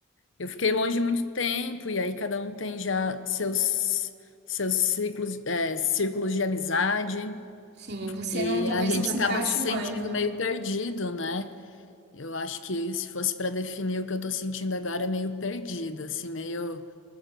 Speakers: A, on the left (about 65°); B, on the right (about 50°).
A: eu fiquei longe muito tempo e aí cada um tem já seus seus ciclos, é, círculos de amizade
B: Sim, você
A: e
B: não, talvez
A: a gente
B: não se
A: acaba
B: encaixe
A: se sentindo
B: mais, né?
A: meio perdido, né? Eu acho que se fosse para definir o que eu tô sentindo agora é meio perdida, assim, meio